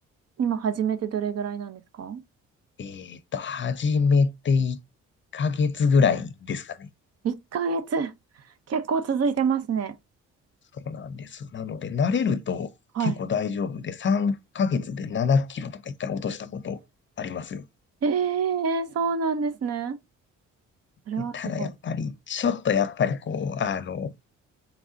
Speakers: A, on the right; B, on the left.
A: 今始めてどれぐらいなんですか
B: えっと、始めて1ヶ月ぐらいですかね。
A: ?1 ヶ月。結構続いてますね。
B: そうなんです。なので、慣れると結構大丈夫で、
A: はい。
B: 3ヶ月で7キロとか1回落としたことありますよ。
A: ええそうなんですね。それはすごい。
B: でただやっぱり、
A: う
B: ちょっとやっぱりこう、あの、